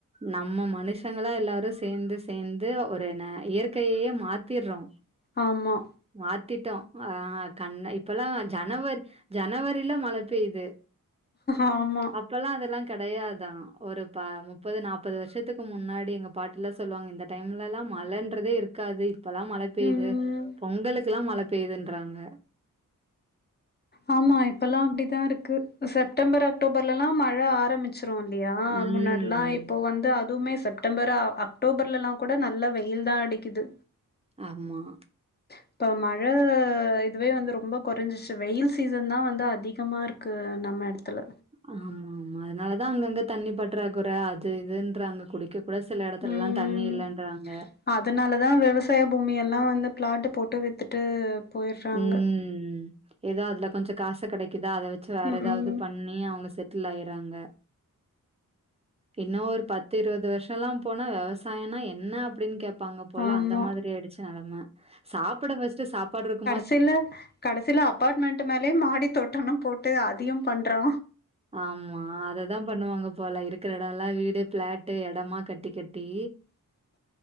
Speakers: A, on the right; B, on the left.
A: நம்ம மனுஷங்களா எல்லாரு சேந்து சேந்து ஒரு ந இயற்கையையே மாத்திறோ
B: ஆமா
A: மாத்திட்டோ ஆ கண்ண இப்பல்லா ஜனவரி ஜனவரில மழ பெய்து
B: ஆமா
A: ப்பெல்லா அதெல்லா கெடையாதா ஒரு பா முப்பது, நாப்பது வருஷத்துக்கு முன்னாடி எங்க பாட்டில்லா சொல்லுவாங் இந்த டைம்லல்லா மழன்றதே இருக்காது இப்பல்லா மழ பெய்து
B: ம்
A: பொங்கலுக்கெல்லா மழ பெய்துன்றாங்க
B: ஆமா இப்பல்லா அப்டித்தா இருக்கு செப்டம்பர், அக்டோபர்லல்லா மழ ஆரம்பிச் ச்சுரு இல்லையா
A: ம்
B: முன்னாடில்லா இப்போ வந்து அதுவுமே செ ப்டம்பர் அ அக்டோபர்லலா கூட நல்ல வெயில்தா அடிக்குது
A: ஆமா
B: இப்ப மழ இதுவே வந்து ரொம்ப கொறைஞ்சிருச்சு வெயில் சீசன்தான வந்து அதிகமா இருக்கு நம்ம எடத்துல
A: ஆமாமா அதனாலதா அங்கங்க தண்ணி பற்றாகொற அது இதுன்றாங்க குடிக்க கூட சில எடத்துலல்லா
B: ம்
A: தண்ணி இல்லன்றாங்க
B: அதனாலதா விவசாய பூமியெல்லா வந்து ஃபிளாட்டு போட்டு வித்துட்டு போயிட்றாங்க
A: ம் எதோ அதுல கொஞ்சோ காசு கெடைக்குதா அத வச்சு வேற
B: ம்
A: எதாவ்து
B: ம்
A: பண் ணி அவங்க செட்டில் ஆயறாங்க இன்னு ஒரு பத்து இருவது வர்ஷோல்லா போனா வெவசாயோனா என்ன அப்டின் கே ப்பாங்க போல
B: ஆமா
A: அந்த மாதிரி ஆய்டுச்சு நெலம சாப்புட ஃபர்ஸ்ட்டு சாப்பாடுருக்கு
B: சில கடைசில அபார்ட்மெண்ட் மேலயே மாடி தோட்டோலா போட்டு அதியு பண்றோ
A: ஆமா அத தா பண்ணுவாங்க போல இருக்ற எடோல்லா வீடு பிளாட்டு எடமா கட்டி கட்டி
B: <inaudible>